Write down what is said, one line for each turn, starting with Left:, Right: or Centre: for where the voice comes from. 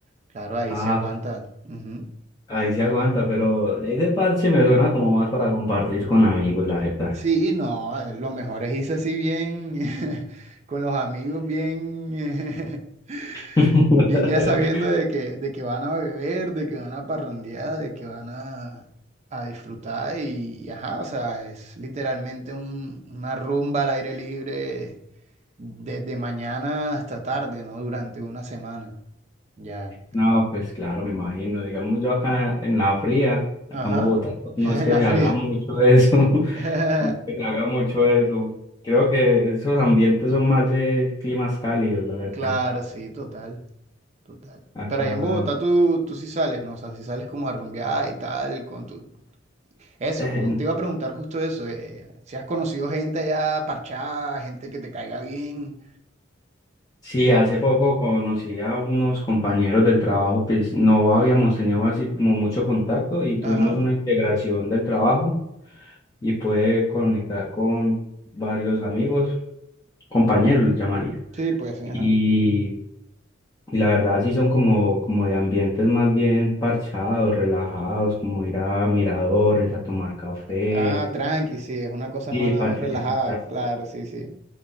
Right: Claro, ahí
Left: ah,
Right: se aguanta. Ujú.
Left: ahí se aguanta, pero ese parche me suena como más para compartir con amigos, la verdad.
Right: Sí, no, eh, lo mejor es irse así bien <laughs> con los amigos, bien,
Left: <laughs>
Right: <laughs> bien ya sabiendo de que, de que van a beber, de que van a parrandear, de que van a, a disfrutar y, y ajá, o sea, es literalmente un- una rumba al aire libre Desde mañana hasta tarde, ¿no? Durante una semana. Ya.
Left: No, pues claro, me imagino. Digamos, yo acá en la fría, acá
Right: Ajá.
Left: en Bogotá, no
Right: <laughs>
Left: es
Right: En
Left: que
Right: la
Left: se
Right: fría.
Left: haga mucho eso, <laughs>
Right: <laughs>
Left: no es que se haga mucho eso. Creo que esos ambientes son más de climas cálidos, la verdad.
Right: Claro, sí, total, total.
Left: Acá,
Right: Pero allá en Bogotá tú, tú sí sales, ¿no? O sea, si sales como a rumbear y tal, con tu... Eso,
Left: eh,
Right: como- te iba a preguntar justo eso, eh, si has conocido gente allá parchada, gente que te caiga bien.
Left: sí, hace poco conocí a unos compañeros del trabajo, pues no habíamos tenido así como mucho contacto y tuvimos
Right: Ajá.
Left: una integración del trabajo y pude conectar con varios amigos, compañeros, los llamaría.
Right: Sí, pues sí,
Left: Y
Right: ajá.
Left: Y la verdad sí son como, como de ambientes más bien parchados, relajados, como ir a miradores, a tomar café.
Right: Ah, tranqui, sí, es una cosa
Left: Sí,
Right: más
Left: parceritos.
Right: relajada, claro, sí, sí.